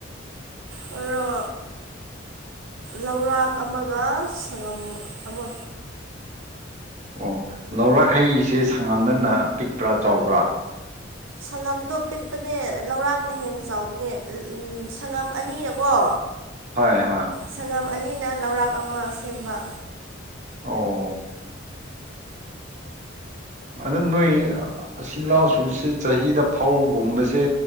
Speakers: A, on the right; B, on the right.
A: ꯍꯣꯏꯔꯣ ꯂꯧꯔꯥꯛ ꯑꯃꯒ ꯁꯪꯉꯝ ꯑꯃ
B: ꯑꯣ ꯂꯧꯔꯈꯩꯁꯦ ꯁꯪꯉꯝꯗꯅ ꯄꯤꯛꯄ꯭ꯔꯥ ꯆꯥꯎꯕ꯭ꯔꯥ
A: ꯁꯪꯉꯝꯗꯣ ꯄꯤꯛꯄꯅꯦ ꯂꯧꯔꯥꯡꯅ ꯍꯦꯟꯅ ꯆꯥꯎꯕꯅꯦ ꯁꯪꯉꯝ ꯑꯅꯤꯅꯀꯣ
B: ꯍꯣꯏ ꯍꯣꯏ
A: ꯁꯪꯉꯝ ꯑꯅꯤꯅ ꯂꯧꯔꯥꯛ ꯑꯃ ꯁꯦꯝꯕ
B: ꯑꯣ ꯑꯗꯨ ꯅꯣꯏ ꯁꯤꯜꯍꯥꯎꯁꯨꯁꯦ ꯆꯍꯤꯗ ꯐꯧꯒꯨꯝꯕꯁꯦ